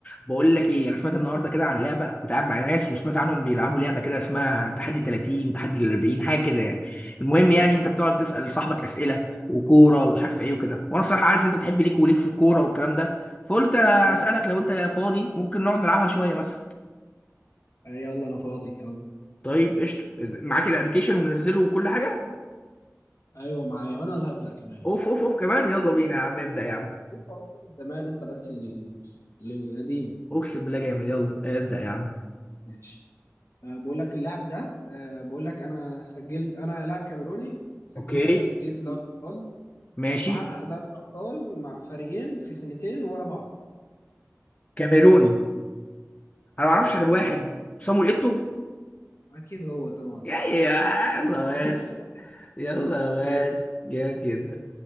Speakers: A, on the left (about 25°); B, on the left (about 65°).
A: بقول لك ايه انا سمعت النهارده كده عن لعبه كنت قاعد مع ناس وسمعت عنهم بيلعبوا لعبه كده اسمها تحدي 30 تحدي ال 40 حاجه كده يعني المهم يعني انت بتقعد تسال صاحبك اسئله وكوره ومش عارف ايه وكده وانا الصراحه عارف ان انت بتحب ليك وليك في الكوره والكلام ده فقلت اسالك
B: مم.
A: لو انت فاضي ممكن نقعد نلعبها شويه مثلا
B: آه، يلا انا فاضي يلا
A: طيب قشطه معاك الابلكيشن ومنزله وكل حاجه
B: ايوه معايا وانا اللي هبدأ كمان
A: اوف اوف اوف كمان يلا بينا يا عم ابدا يا عم
B: لا، أفكار من زمان انت بس اللي اللي قديم
A: اقسم بالله جامد يلا ابدا يا عم
B: ماشي أه بقول لك اللاعب ده أه بقول لك انا سجلت انا لاعب كاميروني سجلت
A: اوكي
B: اهداف كتير في دوري الابطال
A: ماشي
B: وحقق دوري الابطال مع فريقين في سنتين ورا بعض
A: كاميروني انا ما
B: ايوه
A: اعرفش غير واحد صامويل ايتو
B: اكيد هو طبعا
A: يا يا- يلا
B: <laughs>
A: بس يلا
B: جامد
A: بس جامد جدا